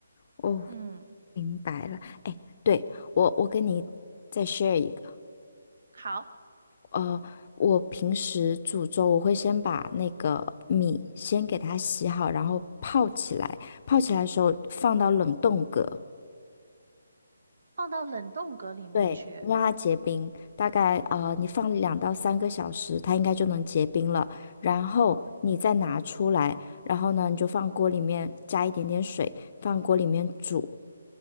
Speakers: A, on the left; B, on the right.
A: 哦，
B: 嗯，
A: 明白了。哎，对，我我跟你再 share 一个。
B: 好，
A: 呃，我平时煮粥，我会先把那个米先给它洗好，然后泡起来。泡起来的时候放到冷冻格，
B: 放到冷冻格里面去。
A: 对，你让它结冰。大概呃，你放两到三个小时，它应该就能结冰了。然后你再拿出来，
B: 哦，
A: 然后呢，你就放锅里面加一点点水，放锅里面煮。